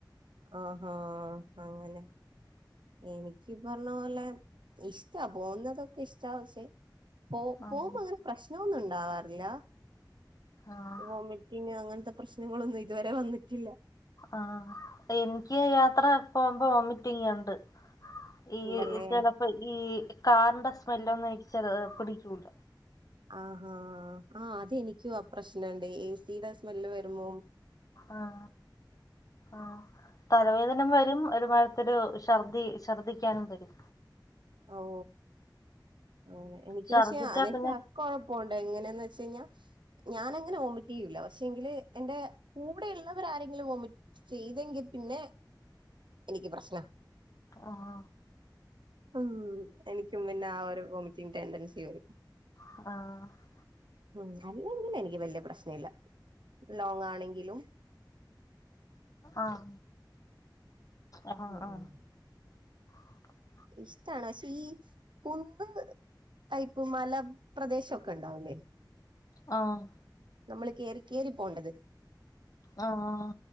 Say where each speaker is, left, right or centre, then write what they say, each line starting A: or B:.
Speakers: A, on the right (about 80°); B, on the left (about 50°).
A: ആഹാ അങ്ങനെ. എനിക്കി പറഞ്ഞ പോലെ ഇഷ്ടാ. പോവുന്നതൊക്കെ ഇഷ്ടാ. പക്ഷേ, പോ
B: ആഹ്
A: പോവുമ്പങ്ങനെ പ്രശ്നൊന്നു ഉണ്ടാവാറില്ല.
B: ആഹ്
A: വോമി റ്റിങ് അങ്ങൻത്തെ പ്രശ്നങ്ങളൊന്നും ഇതുവരെ വന്നിട്ടില്ല.
B: ആഹ് എനിക്ക് യാത്ര പോകുമ്പോ വോമിറ്റിങ്ങുണ്ട്. ഈ
A: ഉണ്ടല്ലേ
B: ചെലപ്പോ ഈ കാറിന്റെ സ്മെല്ലൊന്നെനിക്ക് ചെലത് പിടിക്കൂല്ല.
A: ആഹാ ആഹ് അതെനിക്കു ആ പ്രശ്നണ്ട് എ സി ടെ സ്മെല്ല് വരുമ്പോം.
B: ആഹ് ആഹ് തലവേദന വരും ഒരുമാ തൊരു ശർദി ശർദ്ദിക്ക്യാനും വരും.
A: ഔഹ്. അങ്ങനെ എനിക്ക്
B: ഛർദിച്ചാ
A: പക്ഷെ അനക്ക്
B: പിന്നെ
A: അക്കൊഴപ്പ ഉണ്ട് എങ്ങനെന്ന് വെച്ചഴിഞ്ഞാ. ഞാനങ്ങനെ വോമിറ്റ് ചെയ്യൂല്ല പക്ഷെ ങ്കില് എന്റെ കൂടെയ്ള്ളവരാരെങ്കിലും വോമിറ്റ് ചെയ്തെങ്കി പിന്നെ എനിക്ക് പ്രശ്നാ.
B: ആഹ്.
A: ഉം എനിക്കും പിന്നാ ഒരു വോമിറ്റിങ് ടെന്റൻസി വരും.
B: ആഹ്.
A: ഉം അല്ലെങ്കിലെനിക്ക് വല്യ പ്രശ്ന ഇല്ല ലോങ്ങാണെങ്കിലും.
B: ആഹ്. ആഹ്
A: ഉം
B: ആഹ്
A: ഉം.
B: <inaudible>
A: ഇഷ്ടാണ് പക്ഷെ ഈ കുന്ന്- ടൈപ്പ് മല പ്രദേശൊക്കെ ഒണ്ടാവുലേ
B: ആഹ്
A: നമ്മള് കേറിക്കേറി പോണ്ടത്
B: ആഹ് ആഹ്